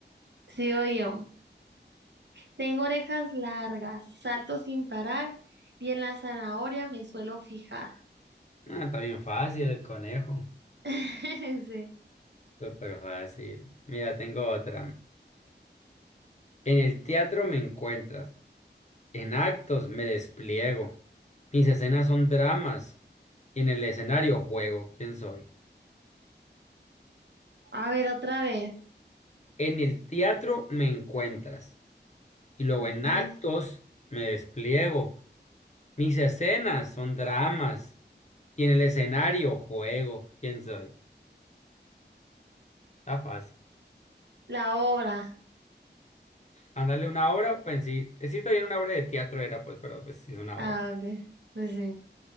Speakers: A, on the right (about 70°); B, on the left (about 40°).
A: Sigo yo. Tengo orejas largas, salto sin parar y en la zanahoria me suelo fijar.
B: Ah, está bien fácil el conejo.
A: <laughs> Sí.
B: Súper fácil. Mira, tengo otra. En el teatro me encuentras, en actos me despliego, mis escenas son dramas y en el escenario juego, ¿quién soy?
A: A ver, otra vez.
B: En el teatro me encuentras y luego
A: Okay.
B: en actos me despliego, mis escenas son dramas y en el escenario juego, ¿quién soy? Está fácil.
A: La obra.
B: Ándale una obra, pensé, sí sí está bien una obra de teatro era pues, pero pues sí es una
A: Ah,
B: obra.
A: ok. Pues sí.